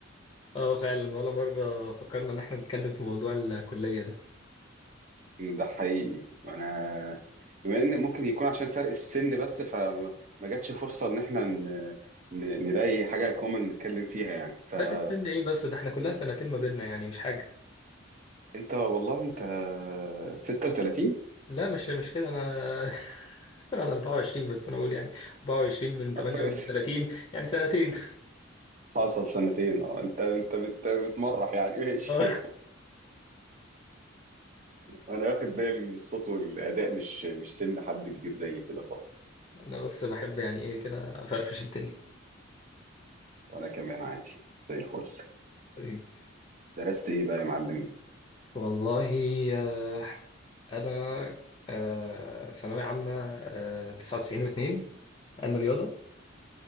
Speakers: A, on the left (about 25°); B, on the right (about 40°).
A: اه فعلا ولا مره فكرنا ان احنا نتكلم في موضوع الكليه ده
B: ده حقيقي وانا بما ان ممكن يكون عشان فرق السن بس فما ما جاتش فرصة ان احنا ن... ن... نلاقي حاجة كومن نتكلم فيها يعني فانت
A: فرق السن ايه بس ده احنا كلها سنتين ما بيننا يعني مش حاجه
B: والله انت 36
A: لا مش مش كده انا <laughs> انا 24 بس انا بقول يعني 24 من 38
B: فرق
A: يعني سنتين
B: حصل سنتين اه انت انت بت... بتمرح يعني
A: <laughs>
B: ماشي
A: اه
B: انا واخد بالي ان الصوت والاداء مش مش سن حد كبير زي كده خالص
A: انا بس بحب يعني ايه كده افرفش الدنيا
B: وانا كمان عادي زي الفل
A: حبيبي
B: درست ايه بقى يا معلم
A: والله آه، انا آه، ثانويه عامه آه، 99 و2 علم رياضه